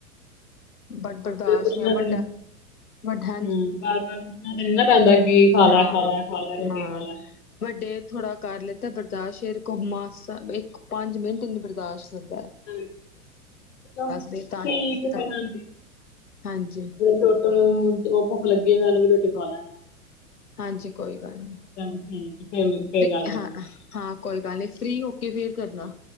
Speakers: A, on the left; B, on the left.
A: ਬ ਬਰਦਾਸ਼ਤ
B: ਪੁੱਛਣਾ
A: ਨਹੀਂ
B: ਤੇ
A: ਵੱਡਾ
B: ਨੀ ਹੂੰ
A: ਵੱਡਾ
B: ਬਾਰ-ਬਾਰ ਪੁੱਛਣਾ ਤੇ ਨੀ ਨਾ ਪੈਂਦਾ, ਕਿ ਖਾ ਲੈ
A: ਹਾਂ-ਹਾਂ
B: ਖਾ ਲੈ ਖਾ ਲੈ ਰੋਟੀ ਖਾ ਲੈ।
A: ਵੱਡੇ ਥੋੜਾ ਕਰ ਲੈਂਤਾ ਬਰਦਾਸ਼ ਸ਼ੇਰ ਘਮਾ ਇੱਕ ਪੰਜ ਮਿੰਟ ਨੂੰ ਬਰਦਾਸਤ,
B: ਹੂੰ, ਚਲੋ ਠੀਕ
A: ਦੇ ਤਾਂ
B: ਆ
A: ਤਾਂ
B: ਫਿਰ ਹਾਂਜੀ,
A: ਹਾਂਜੀ
B: ਤੁਹਾਨੂੰ ਉਹ ਭੁੱਖ ਲੱਗੀ ਮੈਂ ਉਹਨੂੰ ਵੀ ਰੋਟੀ ਖਵਾ ਲਾ ਜਾਣਾ।
A: ਹਾਂਜੀ ਕੋਈ ਗੱਲ ਨੀ
B: ਠੀਕ ਹੈ, ਫਿਰ ਫਿਰ ਗੱਲ ਕਰਦੇ
A: ਹਾਂ-ਹਾਂ
B: ਹਾਂ
A: ਕੋਈ ਗੱਲ ਨੀ ਫ੍ਰੀ ਹੋ ਕੇ ਫੇਰ ਕਰਨਾ,